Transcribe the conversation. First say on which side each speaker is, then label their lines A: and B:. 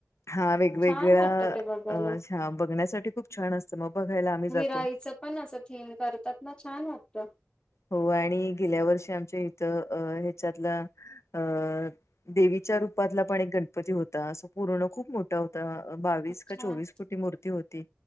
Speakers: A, on the left; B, on the left.
A: हा वेगवेगळ्या
B: छान वाटत ते बघायला
A: अच्छा बघण्यासाठी खूप छान असतं मग बघायला आम्ही जातो.
B: गाईचं पण असं थीम करतात ना छान होत.
A: हो आणि गेल्या वर्षी आमच्या इथं अ ह्याच्यातला अ देवीच्या रूपातला पण एक गणपती होता असं पूर्ण खूप मोठ होता बावीस का
B: छान
A: चोवीस फुटी मूर्ती होती